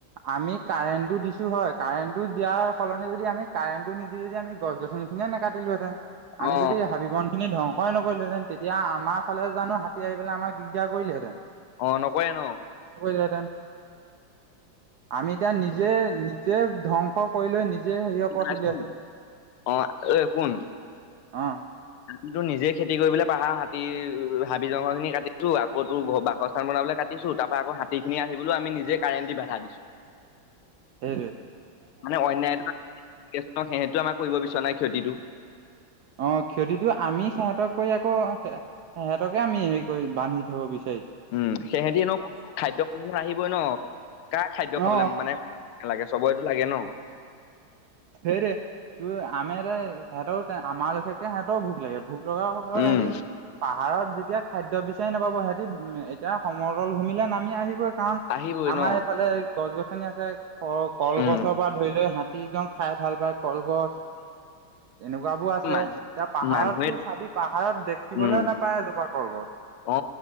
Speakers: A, on the right; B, on the left.
A: আমি কাৰেণ্টটো দিছো। হয় কাৰেণ্টটো দিয়াৰ সলনি যদি আমি কাৰেণ্টটো নিদি যদি আমি গছ গছনিখিনিয়ে নাকাটিলোহেতেন। আমি
B: অ
A: যদি হাবি বন খিনি ধ্বংসই নকৰিলো হেঁতেন তেতিয়া আমাৰ ফালে জানো হাতী আহি পেলাই আমাক। দিগদা কৰিলে হেঁতেন।
B: অ নকয়ে ন।
A: দে দে। <unintelligible> আমি এতিয়া নিজে নিজে ধ্বংস কৰি লৈ নিজে সেই পথ
B: পেলাইছো
A: উলিয়াইছো।
B: অ অই কোন।
A: অ
B: আমিটো নিজে খেতি কৰিবলৈ পাহাৰ হাতী হাবি জংঘল খিনি কাটিছো আকৌ তো ঘৰ বাসস্থান বন। কাটিছো তাৰ পৰা আকৌ হাতী খিনি আহিবলৈও আমি নিজে কাৰেণ্ট দি বাধা দিছো।
A: সেইটোয়ে।
B: মানে অন্যায় সেহেতিটো আমাৰ কৰিব বিচৰা নাই ক্ষতিটো।
A: অ। ক্ষতিটো আমি সিহঁতক কৰি আকৌ সিহঁতকে আমি হেৰি কৰি বান্ধি থব বিচাৰো।
B: উম সিহেঁতি নো খাদ্য আহিবই ন কাৰ খাদ্য খাবলৈ
A: অ
B: মানে। <unintelligible> লাগে চবতো লাগে ন।
A: সেইটোৱে তোৰ আমি এ সিহঁতৰ আমাৰ লোকে সিহঁতৰ ভোক লাগে। ভোক লগা সকলৰ
B: উম
A: হেৰি পাহাৰত যে। এতিয়া খাদ্য বিচাৰি নাপাব সেতি এতিয়া সমতল ভূমিলে নামি আহিবই। কাৰণ
B: আহিবই
A: আমাৰ
B: ন
A: এইফালে গছ গছনি আছে ক কলগছৰ
B: উম
A: পৰা ধৰি লৈ হাতীদম। খাই ভাল পায় কলগছ। তেনেকুৱাবোৰ আছে
B: মানুহ
A: এতিয়া পাহাৰতো
B: মানুহে
A: চাবি পাহাৰত দেখিবলে
B: উম
A: নাপায় এজোপা। কলগছ
B: অ